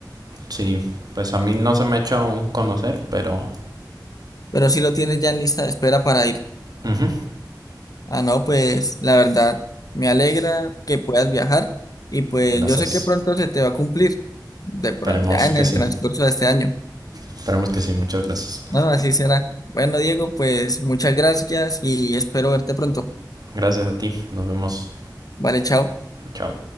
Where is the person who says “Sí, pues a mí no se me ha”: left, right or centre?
Right